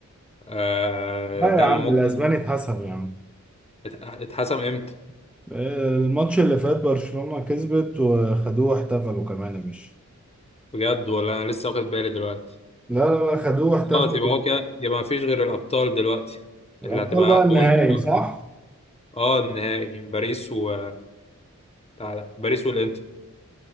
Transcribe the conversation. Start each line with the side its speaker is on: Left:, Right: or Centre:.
Left: آه،
Centre: لا
Left: ده
Centre: يا
Left: اللي
Centre: عم
Left: ممكن
Centre: الاسباني اتحسب يا عم
Left: ات- اتحسم امتى
Centre: آه، الماتش اللي فات برشلونه كسبت وخدوه واحتفلوا كمان يا باشا
Left: بجد ولا أنا لسه واخد بالي دلوقتي
Centre: لا لا لا خدوه واحتفلوا
Left: خلاص يبقى هو كده يبقى ما فيش غير الأبطال دلوقتي
Centre: الابطال
Left: اللي هتبقى
Centre: بقى النهائي
Left: أول الشهر
Centre: صح
Left: اه النهائي باريس و تعالى باريس والانتر